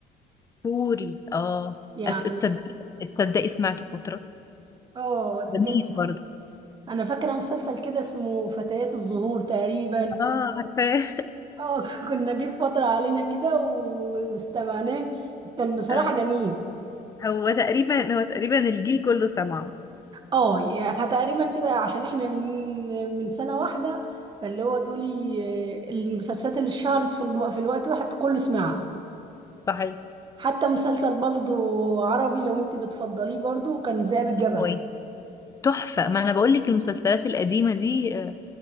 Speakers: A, on the left; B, on the right.
A: كوري اه
B: يعني
A: أس- تصدقي تصدقي سمعته فترة
B: اه
A: جميل
B: جت
A: برضه
B: انا فاكرة مسلسل كده اسمه فتيات الزهور تقريبا
A: اه عارفاه
B: اه <laughs> كنا جه فترة علينا كده و- واستمعناه كان بصراحة
A: آه.
B: جميل
A: هو تقريبا هو تقريبا الجيل كله سمعه
B: اه يعني احنا تقريبا كده عشان احنا من من سنة واحدة فاللي هو تقولي آه، المسلسلات اللي اتشهرت في الم... في الوقت واحد كله سمعها
A: صحيح
B: حتى مسلسل برضه عربي لو انت بتفضليه برضه كان ذئاب الجبل
A: هو إيه؟ تحفة ما انا بقول لك المسلسلات القديمة دي آه،